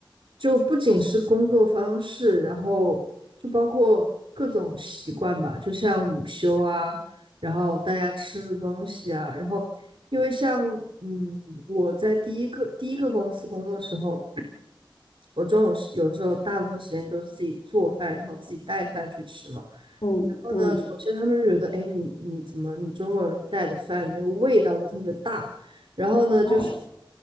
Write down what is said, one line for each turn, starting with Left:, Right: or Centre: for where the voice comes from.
Right: 就不仅是工作方式，然后就包括各种习惯吧，就像午休啊，然后大家吃的东西啊，然后因为像嗯我在第一个第一个公司工作的时候，我中午是有的时候大部分时间都是自己做饭，然后自己带饭去吃嘛。
Left: 嗯嗯，
Right: 然后呢，首先他们就觉得，哎，你你怎么你中国人带的饭的那个味道都特别大，然后呢就是
Left: 哦，